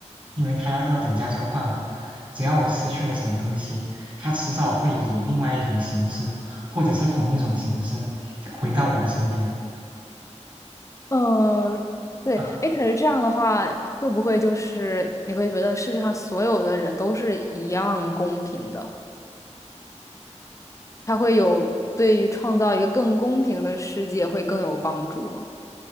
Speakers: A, on the right; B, on the left.
A: 因为他要要等价交换嘛。只要我失去了什么东西，他迟早会以另外一种形式，或者是同一种形式回到我的身边。
B: 嗯，对，
A: 嗯，
B: 哎，可是这样的话，会不会就是你会觉得世界上所有的人都是一样公平的？它会有对于创造一个更公平的世界会更有帮助吗？